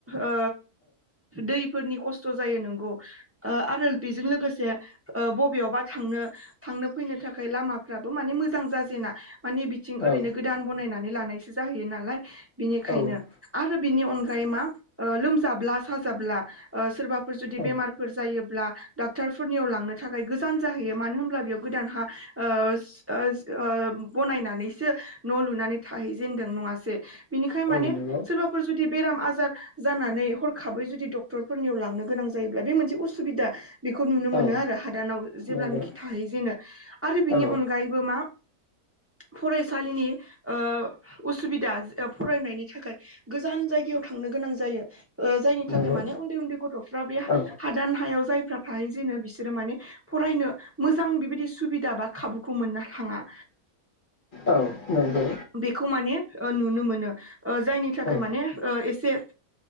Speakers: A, on the right; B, on the left.
A: ओ दैफोरनि खस्थ' जायो नोंगौ ओ आरो बेजों लोगोसे ओ बबेयावबा थांनो थांनो फैनो थाखाय लामाफ्राबो माने मोजां जाजेना माने बिथिं
B: औ
A: ओरैनो गोदान बनायना नानै लानायसो जाहैयो नाला लाय बिनिखायनो
B: औ
A: आरो बिनि अनगायै मा ओ लोमजाब्ला साजाब्ला ओ सोरबा फोर जुदि
B: औ
A: बेमारफोर जायोब्ला डाक्टरफोरनियाव लांनो थाखाय गोजान जाहैयो मानो होनब्ला बेयाव गोदान हा ओ सटार्स ओ बनायनानैसो न' लुनानै थाहैजेनदों नङासे? बिनिखाय माने
B: औ नंगौ
A: सोरबाफोर जुदि बेराम आजा जार जानानै हरखाबै जुदि डक्टरफोरनियाव लांनो गोनां जायो जायोब्ला बे मोनसे असुबिदा बेखौ नुनो मोनो
B: औ
A: आरो हादानाव जेब्लानोखि
B: नंगौ
A: थाहैजेनो आरो बिनि
B: औ
A: अनगायैबो मा फरायसालिनि ओ उसुबिदा ओ फरायनायनि थाखाय गोजान जायगायाव थांनो गोनां जायो ओ जोंनि
B: नंगौ
A: थाखाय माने उन्दै उन्दै गथ'फ्रा बे
B: औ
A: हादान हायाव जायफ्रा थाहैजेनो बिसोर माने फरायनो मोजां बिबायदि सुबिदा बा खाबुखौ मोननो थाङा
B: औ नंगौ
A: बेखौ माने ओ नुनो मोनो। ओ जायनि थाखाय
B: औ
A: माने ओ एसे